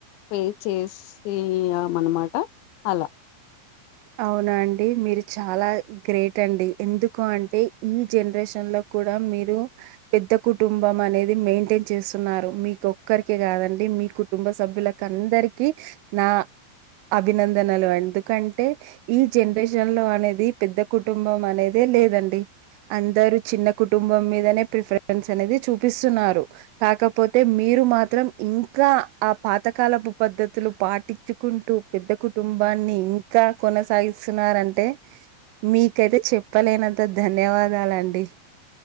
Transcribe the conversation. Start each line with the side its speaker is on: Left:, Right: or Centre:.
Left: ఫేస్ చేసి ఆ అన్నమాట అలా
Right: అవునా అండి మీరు చాలా గ్రేట్ అండి ఎందుకు అంటే ఈ జనరేషన్ లో కూడా మీరు పెద్ద కుటుంబం అనేది మెయింటైన్ చేస్తున్నారు మీకు ఒక్కరికే కదండి మీ కుటుంబ సభ్యులకు అందరికి నా అభినందనలు ఎందుకు కంటే ఈ జనరేషన్ లో అనేది పెద్ద కుటుంబం అనేదే లేదండి అందరు చిన్న కుటుంబం మీదనే ప్రిఫరెన్స్ అనేది చూపిస్తున్నారు కాకపోతే మీరు మాత్రం ఇంకా ఆ పాతకాలపు పద్దతులు పాటించుకుంటూ పెద్ద కుటుంబా న్ని ఇంకా కొనసాగిస్తున్నారంటే మీకైతే చెప్పలేనంత ధన్యవాదాలండి